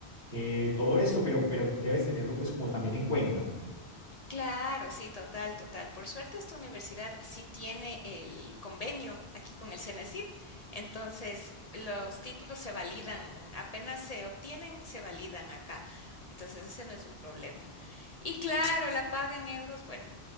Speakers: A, on the left (about 65°); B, on the left (about 40°).
A: eh, todo esto, pero, pero debes tenerlo pues como también en cuenta.
B: Claro, sí, total, total. Por suerte esta universidad sí tiene el convenio aquí con el CENESID, entonces los títulos se validan, apenas se obtienen, se validan acá. Entonces ese no es un problema. Y claro, la paga en euros, bueno,